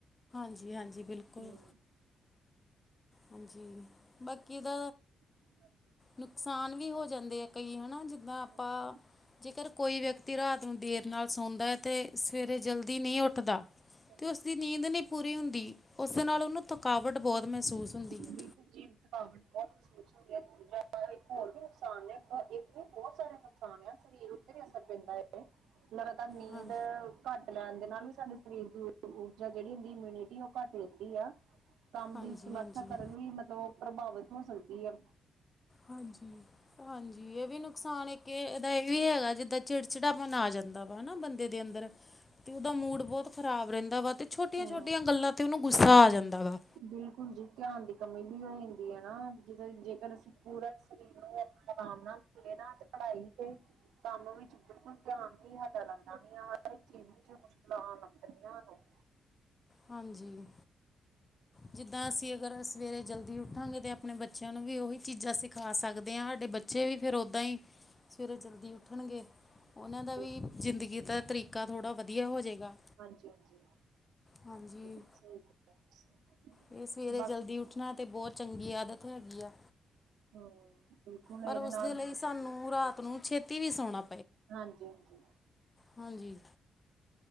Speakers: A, on the left; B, on the right.
A: ਹਾਂਜੀ, ਹਾਂਜੀ, ਬਿਲਕੁਲ।
B: ਹਮ, ਹਾਂਜੀ
A: ਹਾਂਜੀ, ਬਾਕੀ ਇਹਦੇ
B: ਹਾਂਜੀ,
A: ਨੁਕਸਾਨ ਵੀ ਹੋ ਜਾਂਦੇ ਆ? ਕਈ ਹਨਾ, ਜਿੱਦਾਂ ਆਪਾਂ,
B: ਹਾਂਜੀ।
A: ਜੇਕਰ ਕੋਈ ਵਿਅਕਤੀ? ਅੱਧੀ ਰਾਤ, ਨੂੰ ਦੇਰ ਨਾਲ ਸੌਂਦਾ ਐ ਅਤੇ ਸਵੇਰੇ ਜਲਦੀ ਨਹੀਂ ਉੱਠਦਾ?
B: ਹਾਂਜੀ।
A: ਤੇ ਉਸਦੀ, ਨੀਂਦ ਨਹੀਂ ਪੂਰੀ ਹੁੰਦੀ। ਉਸ ਨਾਲ ਉਹਨੂੰ ਥਕਾਵਟ, ਬਹੁਤ ਮਹਿਸੂਸ ਹੁੰਦੀ
B: ਬਿਲਕੁਲ
A: ਹੈ
B: ਜੀ, ਥਕਾਵਟ ਬਹੁਤ ਮਹਿਸੂਸ ਹੁੰਦੀਆਂ ਦੂਜਿਆ ਨਾਲ ਇੱਕ ਹੋਰ ਵੀ ਨੁਕਸਾਨ ਨੇ, ਆਪਾਂ ਇੱਕ ਬਹੁਤ ਸਾਰੇ ਨੁਕਸਾਨ ਆ, ਸਰੀਰ ਉੱਤੇ ਵੀ ਅਸਰ ਪੈਂਦਾ ਏ ਲਗਾਤਾਰ ਨੀਂਦ,
A: ਹਾਂ
B: ਘੱਟ? ਡਾਇਟ, ਲੈਣ ਦੇ ਨਾਲ ਵੀ ਸਾਡੇ ਸਰੀਰ ਦੀ ਊਰਜਾ। ਜਿਹੜੀ ਹੁੰਦੀ, ਇਮਿਊਨਿਟੀ ਉਹ ਘੱਟ ਰਹਿੰਦੀ ਆ। ਕੰਮ
A: ਹਾਂਜੀ
B: ਦੀ ਸਮਰੱਥਾ,
A: ਹਾਂਜੀ
B: ਕਰਨ ਲਈ ਮਤਲਬ, ਉਹ ਪ੍ਰਭਾਵਿਤ ਹੋ ਸਕਦੀ ਆ।
A: ਹਾਂਜੀ, ਹਾਂਜੀ, ਇਹ ਵੀ ਨੁਕਸਾਨ ਇੱਕ ਇਹਦਾ ਇਹ ਵੀ ਹੈਗਾ ਜਿੱਦਾਂ ਚਿੜਚਿ <inaudible> ੜਾਪਨ ਆ ਜਾਦ ਜਾਂਦਾ ਵਾ ਨਾ, ਬੰਦੇ ਦੇ ਅੰਦਰ ਤੇ ਉਹਦਾ ਮੂਡ ਬਹੁਤ ਮੂਡ ਖ਼ਰਾਬ, ਰਹਿੰਦਾ ਵਾ ਤੇ ਛੋਟੀਆਂ-ਛੋਟੀਆਂ
B: ਹੂੰ।
A: ਗੱਲਾਂ ਤੇ ਉਹਨੂੰ ਗੁੱਸਾ ਆ ਜਾਂਦਾ। ਵਾ
B: ਬਿਲਕੁਲ, ਜੀ ਧਿਆਨ ਦੇ ਕਮੀ ਵੀ ਹੋ ਜਾਂਦੀ ਐ ਨਾ, ਜਿੱਦਾ ਜੇਕਰ ਅਸੀਂ ਪੂਰਾ ਸਰੀਰ ਨੂੰ ਆਰਾਮ, ਨਾ ਦੀਏਏ ਨਾ ਤੇ ਆਪ ਪਾਈ ਤੇ ਕੰਮ ਵਿੱਚ ਬਿਲਕੁਲ ਧਿਆਨ ਵੀ ਹਾਡਾ ਲੱਗਦਾ ਨੀ ਆ, ਹਰ ਚੀਜ਼ ਵਿੱਚ ਮੁਸ਼ਕਲਾਂ ਆਉਣ <unintelligible> ੀਆਂ <unintelligible> <inaudible>
A: ਹਾਂਜੀ, ਜਿੱਦਾਂ ਅਸੀਂ? ਅਸੀਂ ਅਗਰ ਸਵੇਰੇ ਜਲਦੀ ਉਠਾਂਗੇ ਤਾਂ ਆਪਣੇ ਬੱਚਿਆਂ ਨੂੰ ਵੀ ਉਹੀ ਚੀਜ਼ਾਂ ਸਿਖਾ ਸਕਦੇ ਆ ਸਾਡੇ ਬੱਚੇ ਬੱਚੇ ਵੀ ਫੇਰ ਓਦਾਂ ਈ ਸਵੇਰੇ ਜਲਦੀ ਉੱਠਣਗੇ।
B: ਹਾਂਜੀ।
A: ਉਹਨਾਂ
B: ਬਿਲਕੁਲ
A: ਦਾ ਵੀ ਜ਼ਿੰਦਗੀ ਦਾ ਤਰੀਕਾ ਥੋੜ੍ਹਾ ਵਧੀਆ ਹੋ ਜੇਗਾ।
B: ਹਾਂਜੀ ਹਾਂਜੀ।
A: ਹਾਂਜੀ।
B: ਬਿਲਕੁਲ <unintelligible>
A: ਇਹ ਸਵੇਰੇ
B: ਬਾਕੀ
A: ਜਲਦੀ ਉੱਠਣਾ ਤੇ ਬਹੁਤ ਚੰਗੀ ਆਦਤ ਹੈਗੀ ਆ।
B: ਹੂੰ। ਬਿਲਕੁਲ
A: ਪਰ
B: ਇਹਦੇ
A: ਉਸਦੇ
B: ਨਾਲ
A: ਲਈ ਸਾਨੂੰ ਰਾਤ ਨੂੰ ਛੇਤੀ ਵੀ ਸੋਣਾ
B: ਹਾਂਜੀ ਹਾਂਜੀ।
A: ਹਾਂਜੀ